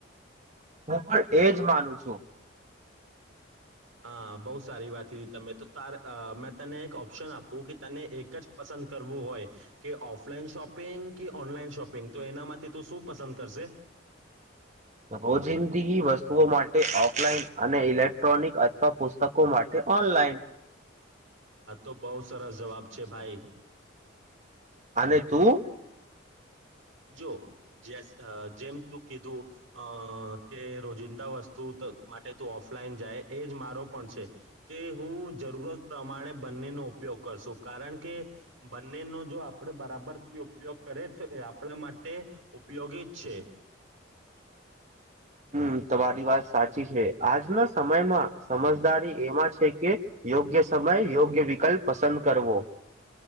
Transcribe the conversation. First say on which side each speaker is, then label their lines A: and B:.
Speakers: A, on the right; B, on the right.
A: હું પણ એજ માનું છું
B: હા બહુ સારી વાત કીધી તમે તો તાર મેં તને એક ઓપ્શન આપું કે તને એક જ પસંદ કરવું હોય કે ઓફલાઈન શોપિંગ કે ઓનલાઈન શોપિંગ તો એના માટે તું શું પસંદ કરશે
A: <inaudible> રોજિંદગી વસ્તુઓ માટે ઓફલાઈન અને ઇલેક્ટ્રોનિક અથવા પુસ્તકો માટે ઓનલાઈન
B: આ તો બહુ સરસ જવાબ છે ભાઈ
A: અને તું
B: જો જે જેમ તું કીધું અ કે રોજિંદા વસ્તુ તો માટે તું ઓફલાઈન જાય એ જ મારો પણ છે કે હું જરૂરત પ્રમાણે બંનેનો ઉપયોગ કરશું કારણ કે બંને નો જો આપણે બરાબરથી ઉપયોગ કરે તો આપણા માટે ઉપયોગી છે
A: હમ તમારી વાત સાચી છે આજના સમયમાં સમજદારી એમાં છે કે યોગ્ય સમય યોગ્ય વિકલ્પ પસંદ કરવો